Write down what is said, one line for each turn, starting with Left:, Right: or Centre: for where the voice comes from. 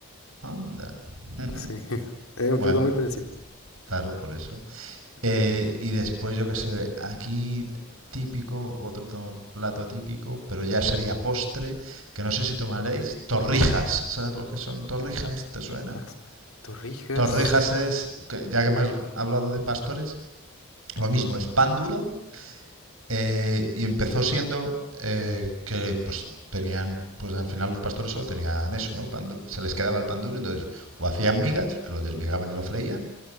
Right: Anda. <laughs>
Left: Sí, <laughs> es un
Right: Bueno,
Left: plato muy parecido.
Right: claro, por eso. Eh,
Left: Eh,
Right: y después, yo qué sé, aquí típico, otro to- plato típico, pero ya sería postre, que no sé si tomaréis, torrijas. ¿Sabes lo que son torrijas? ¿Te suena?
Left: las torrijas,
Right: Torrijas es, que- ya que hemos hablado de pastores, lo mismo, es pan duro eh, y empezó siendo eh, que pues tenían, pues al final los pastores solo tenían eso, ¿no? Pan du- se les quedaba el pan duro, entonces o hacían migas, que lo desmigaban y lo freían,